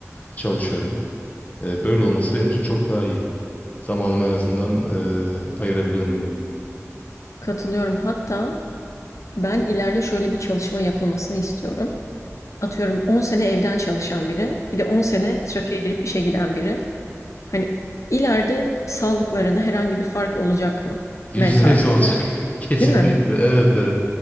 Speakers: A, on the left; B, on the left.
A: çalışıyorum. E, böyle olması benim için çok daha iyi. Zamanımı en azından e, ayırabiliyorum yani.
B: Katılıyorum. Hatta ben ileride şöyle bir çalışma yapılmasını istiyorum. Atıyorum 10 sene evden çalışan biri, bir de 10 sene trafiğe girip işe giden biri. Hani ileride sağlıklarında herhangi bir fark olacak mı?
A: Yüzde
B: Mental.
A: yüz olacak. <laughs> Kesinlikle.
B: Değil mi?
A: Evet evet.